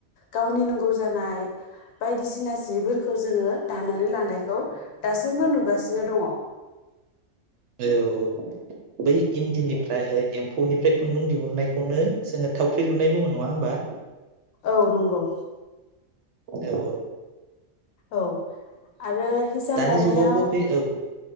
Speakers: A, on the left; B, on the right.
A: गावनि नांगौ जानाय बायदिसिना जिफोरखौ जोङो दानानै लानायखौ दासिमबो नुगासिनो दङ।
B: औ बै इन्दिनिफ्राय एम्फौनिफ्राय खुन्दुं दिहुननायखौनो जोङो थावख्रि लुनाय बुङो नङा होमबा?
A: औ नंगौ।
B: औ औ।
A: औ आरो हिसान
B: दानि
A: दानायाव
B: जुगावबो बे औ